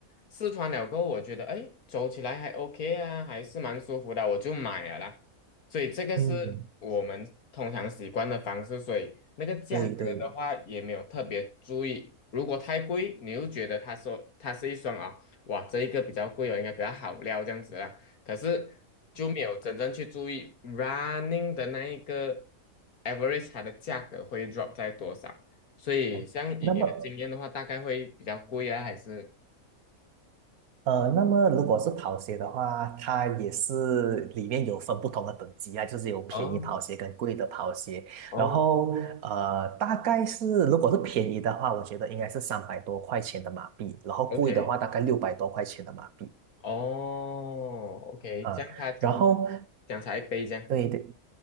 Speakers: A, on the left (about 80°); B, on the right (about 80°).
A: 试穿了过后，我觉得哎，诶走起来还 OK 啊，还是蛮舒服的，我就买了啦。所以这个是我们通常习惯的方式，
B: 嗯，
A: 所以那个价格的话也没有特别注意。
B: 对对，
A: 如果太贵，你又觉得他说它是一双啊、哇，这一个比较贵哦，应该比较好料这样子啦。可是就没有真正去注意 running 的那一个 average 它的价格会 drop 在多少。所以像以你的经验的话，
B: 哦那么
A: 大概会比较贵啊，还是？
B: 呃，那么如果是跑鞋的话，它也是里面有分不同的等级啊，就是有便宜跑鞋跟贵的跑鞋。
A: 哦？哦
B: 然后呃，大概是如果是便宜的话，我觉得应该是三百多块钱的马币，然后贵的话大概六百多块钱的马币
A: ，OK，哦，OK，
B: 啊。
A: 这样他其实讲才杯这样，
B: 然后对对，